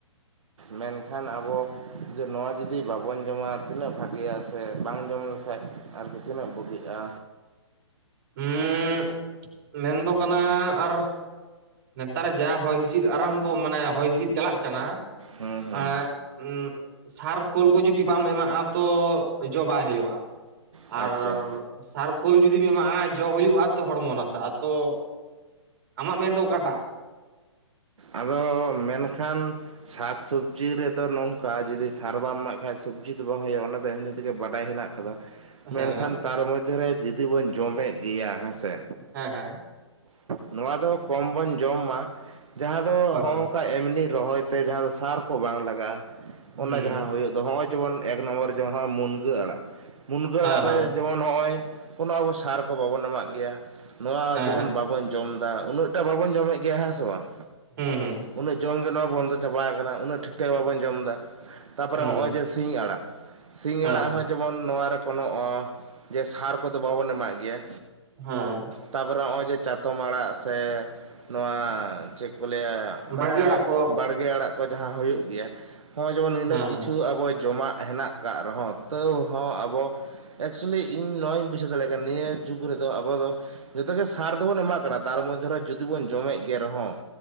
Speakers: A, on the right; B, on the right.
A: ᱢᱮᱱᱠᱷᱟᱱ ᱟᱵᱚ ᱡᱮ ᱱᱚᱣᱟ ᱡᱩᱫᱤ ᱵᱟᱵᱚᱱ ᱡᱚᱢᱟ ᱛᱤᱱᱟᱹᱜ ᱵᱷᱟᱜᱮᱭᱟ ᱥᱮ ᱵᱟᱝ ᱡᱚᱢ ᱞᱮᱠᱷᱟᱡ ᱟᱨᱠᱤ ᱛᱤᱱᱟᱹᱜ ᱵᱩᱜᱤᱜᱼᱟ
B: ᱦᱮᱸ ᱢᱮᱱᱫᱚ ᱠᱟᱱᱟ ᱟᱨ ᱱᱮᱛᱟᱨ ᱡᱟ ᱦᱚᱭ ᱦᱤᱸᱥᱤᱫ ᱟᱨᱟᱢᱵᱚ ᱢᱟᱱᱮ ᱦᱚᱭ ᱦᱤᱸᱥᱤᱫ ᱪᱟᱞᱟᱜ ᱠᱟᱱᱟ
A: ᱦᱩᱸ ᱦᱩᱸ
B: ᱟᱨ ᱩᱸ ᱥᱟᱨ ᱠᱷᱳᱞ ᱠᱚ ᱡᱩᱫᱤ ᱵᱟᱢ ᱮᱢᱟᱜᱼᱟ ᱛᱚ ᱡᱚ ᱵᱟᱭ ᱦᱩᱭᱩᱜᱼᱟ
A: ᱟᱪᱪᱷᱟ
B: ᱟᱨ ᱥᱟᱨᱠᱷᱳᱞ ᱡᱩᱫᱤᱢ ᱮᱢᱟᱜᱼᱟ ᱡᱚ ᱦᱩᱭᱩᱜᱼᱟ ᱛᱚ ᱦᱚᱲᱢᱚ ᱱᱟᱥ ᱟ ᱛᱚ ᱟᱢᱟᱜ ᱢᱮᱱᱫᱚ ᱚᱠᱟᱴᱟᱜ
A: ᱟᱫᱚ ᱢᱮᱱᱠᱷᱟᱱ ᱥᱟᱠ ᱥᱚᱵᱽᱡᱤ ᱨᱮᱫᱚ ᱱᱚᱝᱠᱟ ᱡᱩᱫᱤ ᱥᱟᱨᱵᱟᱢ ᱮᱢᱟᱜ ᱠᱷᱟᱡ ᱥᱚᱵᱽᱡᱤ ᱫᱚ ᱵᱟᱝ ᱦᱩᱭᱩᱜᱼᱟ ᱚᱱᱟ ᱫᱚ ᱮᱢᱱᱤ ᱛᱮᱜᱮ ᱵᱟᱰᱟᱭ ᱦᱮᱱᱟᱜ ᱠᱟᱫᱟ
B: ᱦᱮᱸ
A: ᱢᱮᱱᱠᱷᱟᱱ ᱛᱟᱨ ᱢᱚᱫᱽᱫᱷᱮᱨᱮ ᱡᱩᱫᱤ ᱵᱚᱱ ᱡᱚᱢᱮᱫ ᱜᱮᱭᱟ ᱦᱮᱸᱥᱮ
B: ᱦᱮᱸ ᱦᱮᱸ
A: ᱱᱚᱣᱟ ᱫᱚ ᱠᱚᱢ ᱵᱚᱱ ᱡᱚᱢ ᱢᱟ ᱡᱟᱦᱟᱸ ᱫᱚ
B: ᱦᱳᱭ
A: ᱦᱚᱸᱜ
B: ᱦᱳᱭ
A: ᱱᱚᱝᱠᱟ ᱮᱢᱱᱤ ᱨᱚᱦᱚᱭ ᱛᱮ ᱡᱟᱦᱟᱸ ᱫᱚ ᱥᱟᱨ ᱠᱚ ᱵᱟᱝ ᱞᱟᱜᱟᱜᱼᱟ ᱚᱱᱟ
B: ᱦᱩᱸ
A: ᱡᱟᱦᱟᱸ ᱦᱩᱭᱩᱜ ᱫᱚ ᱦᱚᱸᱜᱼᱚᱭ ᱡᱮᱢᱚᱱ ᱮᱠ ᱱᱚᱢᱵᱚᱨ ᱡᱮᱢᱚᱱ ᱢᱩᱱᱜᱟᱹ ᱟᱲᱟᱜ ᱢᱩᱱᱜᱟᱹ
B: ᱦᱮᱸ
A: ᱟᱲᱟᱜ
B: ᱦᱮᱸ
A: ᱨᱮ ᱡᱮᱢᱚᱱ ᱱᱚᱜᱼᱚᱭ ᱠᱳᱱᱳ ᱟᱵᱚ ᱥᱟᱨ ᱠᱚ ᱵᱟᱵᱚᱱ ᱮᱢᱟᱜ ᱜᱮᱭᱟ ᱱᱚᱣᱟ
B: ᱦᱮᱸ
A: ᱡᱮᱢᱚᱱ
B: ᱦᱮᱸ
A: ᱵᱟᱵᱚᱱ ᱡᱚᱢ ᱩᱱᱟᱹᱜ ᱴᱟ ᱵᱟᱵᱚᱱ ᱡᱚᱢᱮᱫ ᱜᱮᱭᱟ ᱦᱮᱸ ᱵᱟᱝ
B: ᱦᱩᱸ ᱦᱩᱸ
A: ᱩᱱᱟᱹᱜ ᱡᱚᱢ ᱵᱚᱱᱫᱚ ᱪᱟᱵᱟ ᱟᱠᱟᱱᱟ ᱩᱱᱟᱹᱜ ᱴᱷᱤᱠ ᱴᱷᱟᱠ ᱵᱟᱵᱚᱱ ᱡᱚᱢ ᱮᱫᱟ ᱛᱟᱯᱚᱨᱮ
B: ᱦᱩᱸ
A: ᱦᱚᱸᱜᱼᱚᱭ ᱡᱮ ᱥᱤᱧ ᱟᱲᱟᱜ ᱥᱤᱧ
B: ᱦᱮᱸ
A: ᱟᱲᱟᱜ
B: ᱦᱮᱸ
A: ᱦᱚᱸ ᱡᱮᱢᱚᱱ ᱱᱚᱣᱟ ᱨᱮ ᱠᱚᱱᱳ ᱡᱮ ᱥᱟᱨ ᱠᱚᱫᱚ ᱵᱟᱵᱚᱱ ᱮᱢᱟᱜ ᱜᱮᱭᱟ
B: ᱦᱮᱸ
A: ᱛᱟᱯᱚᱨᱮ ᱱᱚᱜᱼᱚᱭ ᱡᱮ ᱪᱟᱛᱚᱢ ᱟᱲᱟᱜ ᱥᱮ ᱱᱚᱣᱟ ᱪᱮᱫ ᱠᱚ ᱞᱟᱹᱭᱟ ᱢᱟᱱᱮ
B: ᱵᱟᱲᱜᱮ ᱟᱲᱟᱜ ᱠᱚ
A: ᱵᱟᱲᱜᱮ ᱟᱲᱟᱜ ᱠᱚ ᱡᱟᱦᱟᱸ ᱦᱩᱭᱩᱜ ᱜᱮᱭᱟ ᱦᱚᱸᱜᱼ ᱡᱮᱢᱚᱱ ᱱᱤᱱᱟᱹᱜ
B: ᱦᱮᱸ
A: ᱠᱤᱪᱷᱩ
B: ᱦᱮᱸ
A: ᱟᱵᱚ ᱡᱚᱢᱟᱜ ᱦᱮᱱᱟᱜ ᱟᱠᱟᱫ ᱨᱮᱦᱚᱸ ᱛᱟᱹᱣ ᱦᱚᱸ ᱟᱵᱚ ᱮᱠᱪᱩᱭᱮᱞᱤ ᱤᱧ ᱱᱚᱣᱟᱧ ᱵᱩᱡᱷᱟᱹᱣ ᱫᱟᱲᱮᱭᱟᱜ ᱠᱟᱱᱟ ᱱᱤᱭᱟᱹ ᱡᱩᱜᱽ ᱨᱮᱫᱚ ᱟᱵᱚ ᱫᱚ ᱡᱚᱛᱚᱜᱮ ᱥᱟᱨ ᱫᱚᱵᱚᱱ ᱮᱢᱟᱜ ᱠᱟᱱᱟ ᱛᱟᱨ ᱢᱚᱫᱽᱫᱷᱮ ᱨᱮ ᱡᱩᱫᱤ ᱵᱚᱱ ᱡᱚᱢᱮᱫ ᱜᱮ ᱨᱮᱦᱚᱸ